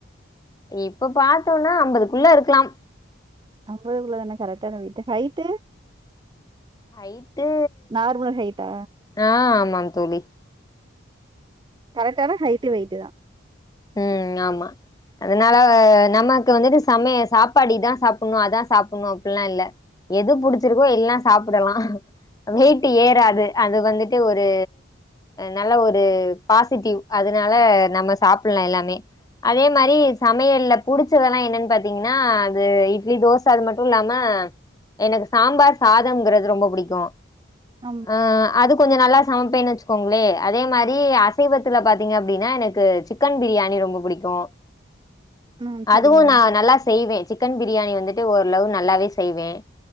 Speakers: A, on the left (about 20°); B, on the right (about 25°).
A: இப்ப பாத்ததோம்னா ஐம்பதுக்குள்ள இருக்கலாம்
B: ஐம்பதுக்குள்ள தானே கரெக்டான வெயிட்டு ஹைட்டு
A: ஹைட்டு
B: நார்மல் ஹைட்டா?
A: ஆஹ ஆமாங் தோழி.
B: கரெக்டான ஹைட்டு் வெய்ட்டு தான்.
A: உம் ஆமா அதனால நமக்கு வந்துட்டு சமையல் சாப்பாடு இதுதான் சாப்பிடணும் அதான் சாப்பிடணும் அப்படினுயெல்லாம் இல்ல. எது புடிச்சிருக்கோ எல்லாம் சாப்பிடலாம் வெயிட் ஏறாது அது வந்துட்டு ஒரு நல்ல ஒரு பாசிட்டிவ் அதனால நம்ம சாப்பிட்டு. ப்பிடலாம் எல்லாமே. அதே மாதிரி சமையல்ல புடிச்சதெல்லாம் என்னன்னு பாத்தீங்கன்னா அது இட்லி தோசை அது மட்டும் இல்லாம எனக்கு சாம்பார் சாதம்ங்கிறது ரொம்ப பிடிக்கும்.
B: அம்.
A: அஹ் அது. கொஞ்சம் நல்லா சமப்பேனு வச்சுக்கோங்களே. அதே மாதிரி அசைவத்துல பாத்தீங்க அப்படின்னா எனக்கு சிக்கன். சிக்கன் பிரியாணி ரொம்ப பிடிக்கும்.
B: ம். சரிங்க.
A: அதுவும் நான் நல்லா செய்வேன் சிக்கன் பிரியாணி வந்து. ட்டு ஓரளவு நல்லாவே செய்வேன்.